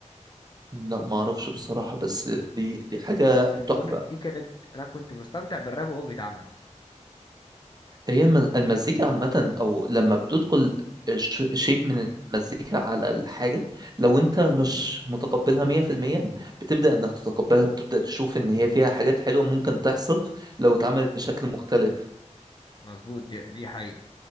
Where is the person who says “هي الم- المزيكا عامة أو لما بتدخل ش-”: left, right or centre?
Right